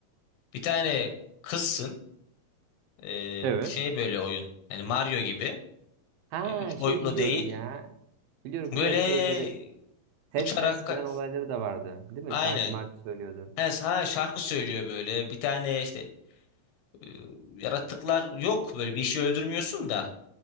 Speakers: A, on the left; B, on the right.
A: Bir tane kızsın. E,
B: Evet.
A: şey böyle oyun. Hani Mario gibi.
B: Ha
A: E, üç
B: şey
A: boyutlu
B: biliyorum
A: değil.
B: ya. Biliyorum
A: Böyle
B: biliyorum şey böyle ses
A: uçarak
B: mes filan
A: ka-
B: olayları da vardı. Değil mi?
A: aynı.
B: Şarkı markı söylüyordu.
A: Ha, ha, şarkı söylüyor böyle. Bir tane işte e, yaratıklar yok böyle bir şey öldürmüyorsun da.